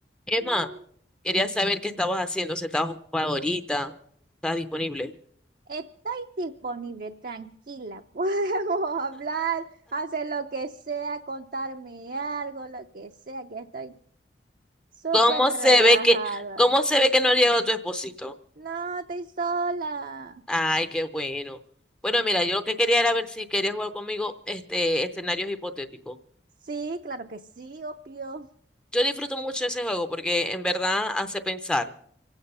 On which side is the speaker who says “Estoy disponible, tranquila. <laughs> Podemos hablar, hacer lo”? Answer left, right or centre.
Right